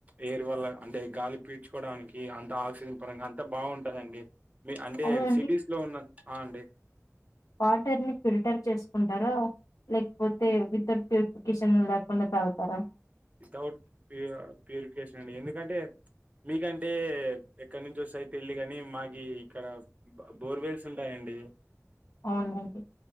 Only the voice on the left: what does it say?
అవునండి
వాటర్ ని ఫిల్టర్ చేసుకుంటారా లేకపోతే వితౌట్ ప్యూరిఫికేషన్ లేకుండా తాగుతారా
అవునండి